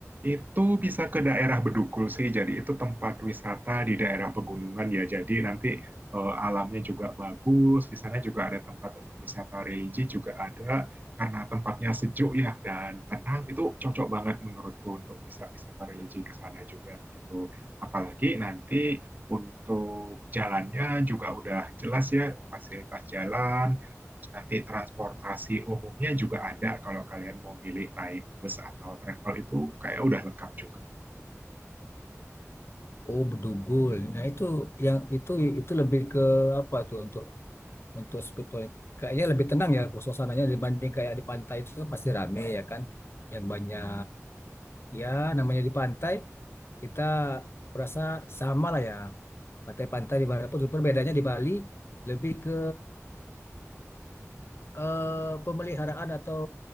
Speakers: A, on the right; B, on the left.
A: Itu bisa ke daerah Bedugul sih, jadi itu tempat wisata di daerah pegunungan ya. Jadi nanti eh, alamnya juga bagus, di sana juga ada tempat untuk wisata religi juga ada, karena tempatnya sejuk ya dan tenang. Itu cocok banget menurutku untuk bisa wisata religi ke sana juga gitu. Apalagi nanti untuk jalannya juga udah jelas ya, fasilitas jalan, nanti transportasi umumnya juga ada kalau kalian mau milih naik bus atau travel itu kayak udah lengkap juga.
B: Oh, Bedugul. Nah, itu yang itu itu lebih ke apa tuh untuk untuk spiritual kayaknya lebih tenang ya suasananya dibanding kayak di pantai itu pasti rame ya kan yang banyak ya namanya di pantai kita berasa sama lah ya pantai-pantai di mana pun cuma bedanya di Bali lebih ke eh, pemeliharaan atau